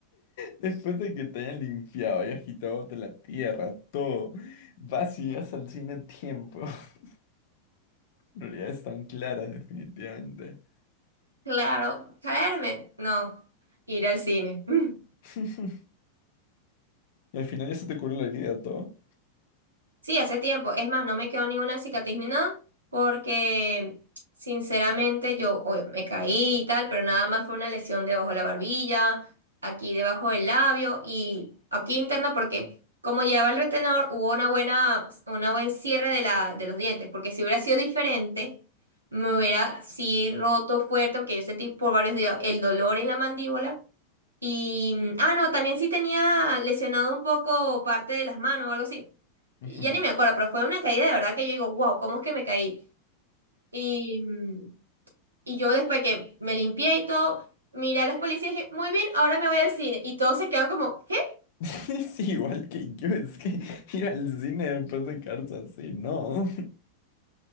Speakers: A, on the left (about 50°); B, on the right (about 80°).
A: Después de que te hayan limpiado y agitado de la tierra, todo, vas y llegas al cine a tiempo. <laughs> Prioridades tan claras, definitivamente.
B: Claro, caerme, no, ir al cine. <laughs>
A: <laughs> Y al final ya se te curó la herida, todo.
B: Sí, hace tiempo. Es más, no me quedó ninguna cicatriz ni nada, porque sinceramente yo, obvio, me caí y tal, pero nada más fue una lesión debajo de la barbilla, aquí debajo del labio y aquí interna, porque como llevaba el retenedor, hubo una buena, una buen cierre de la, de los dientes, porque si hubiera sido diferente, me hubiera sí roto fuerte, porque yo sentí por varios días el dolor en la mandíbula y, mm, ah, no, también sí tenía lesionado un poco parte de las manos o algo así.
A: Ujú.
B: Ya ni me acuerdo, pero fue una caída de verdad que yo digo, wow, ¿cómo es que me caí? Y, mm, y yo después que me limpié y todo, miré a los policías y dije, muy bien, ahora me voy al cine. Y todos se quedan como, ¿qué?
A: <laughs> Es igual que yo, es que <laughs> ir al cine después de quedarse así, no. <laughs>